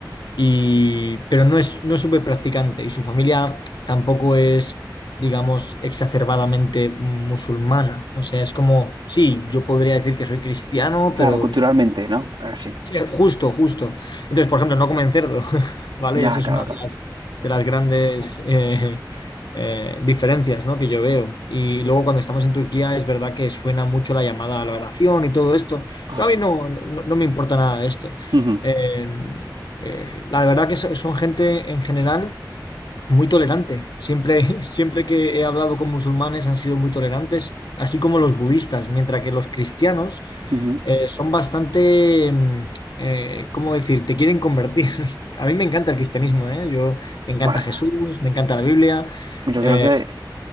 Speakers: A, on the left; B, on the right.
A: y, pero no es, no es súper practicante y su familia tampoco es, digamos, exacerbadamente musulmana. O sea, es como, sí, yo podría decir que soy cristiano,
B: Claro,
A: pero
B: culturalmente, ¿no? Ah, sí.
A: Sí, justo, justo. Entonces, por ejemplo, no comen cerdo, <laughs> ¿vale?
B: Ya,
A: eso es
B: claro,
A: una
B: claro.
A: de las, de las grandes eh, eh, diferencias, ¿no? que yo veo. Y luego cuando estamos en Turquía es verdad que suena mucho la llamada a la oración y todo esto,
B: Ah,
A: pero
B: sí.
A: a mí no, no, no me importa nada de esto.
B: Ujú,
A: Eh, eh, la verdad que so- son gente en general muy tolerante. Siempre, <laughs> siempre que he hablado con musulmanes han sido muy tolerantes, así como los budistas, mientras que los cristianos
B: ujú.
A: eh, son bastante, mm, eh, ¿cómo decir?, te quieren convertir. <laughs> A mí me encanta el cristianismo, ¿eh? Yo, me encanta
B: Bueno,
A: Jesús, me encanta la Biblia.
B: yo
A: eh,
B: creo que,